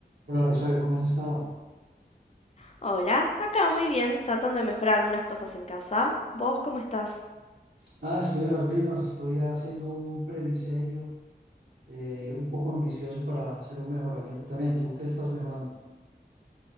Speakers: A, on the right (about 85°); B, on the left (about 40°).
A: Hola Rosario, ¿cómo has estado?
B: Hola, acá muy bien, tratando de mejorar algunas cosas en casa. ¿Vos cómo estás?
A: Ah, estoy en las mismas, estoy haciendo un prediseño eh, un poco ambicioso para hacer un mejoramiento también. ¿Tú qué estás mejorando?